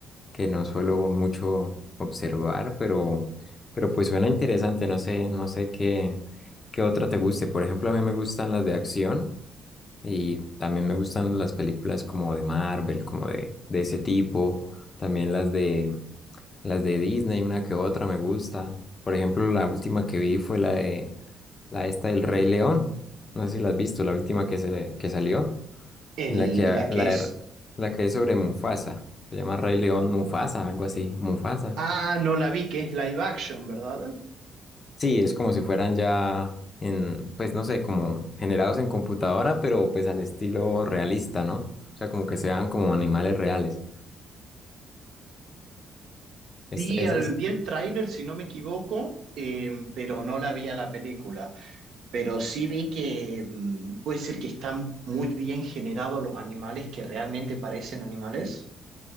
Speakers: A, on the left; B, on the right.
A: que no suelo mucho observar, pero, pero pues suena interesante, no sé, no sé qué, qué otra te guste. Por ejemplo, a mí me gustan las de acción y también me gustan las películas como de Marvel, como de, de ese tipo, también las de las de Disney, una que otra me gusta. Por ejemplo, la última que vi fue la de la esta del Rey León. No sé si la has visto, la última que se que salió.
B: El,
A: En la que, ha-
B: la
A: la,
B: que
A: de-
B: es...
A: la que es sobre Mufasa. Se llama Rey León Mufasa, algo así. Mufasa.
B: Ah, no la vi, que es live action, ¿verdad?
A: Sí, es como si fueran ya en, pues no sé, como generados en computadora, pero pues al estilo realista, ¿no? O sea, como que sean como animales reales. Es,
B: Vi,
A: esas.
B: al, vi el tráiler, si no me equivoco, eh, pero no la vi a la película. Pero sí vi que mm, puede ser que están muy bien generados los animales que realmente parecen animales.